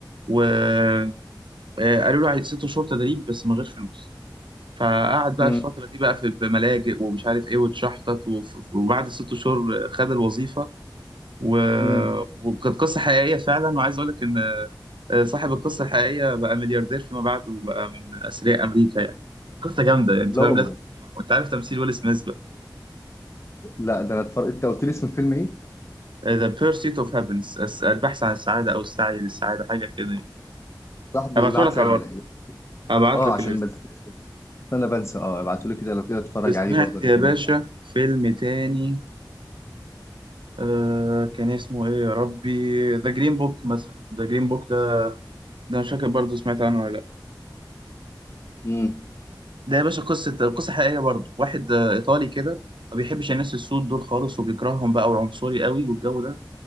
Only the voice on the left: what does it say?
امم
امم
لا
والله
لا ده انا اتفرج انت قلت لي اسم الفيلم ايه
صاحبي
ابعت
لي
اه
عشان
بس بس انا بنسى اه ابعتولي كده لو كده اتفرج
عليه برضه انا
كمان
امم